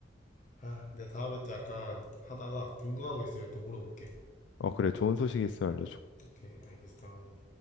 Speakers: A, on the left (about 45°); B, on the left (about 80°).
A: 아, 내가 다음에 또 약간 하다가 궁금한 거 있으면 또 물어볼게.
B: 어, 그래. 좋은 소식이 있으면 알려줘.
A: 오케이, 알겠어.